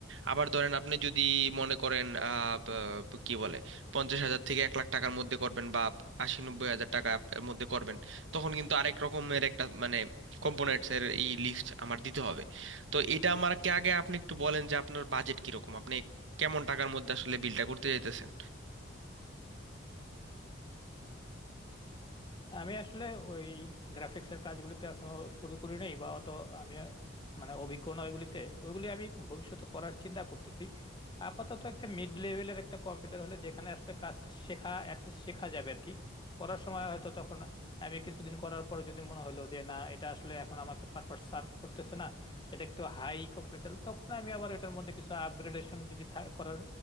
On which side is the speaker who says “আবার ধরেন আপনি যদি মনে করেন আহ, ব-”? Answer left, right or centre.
Right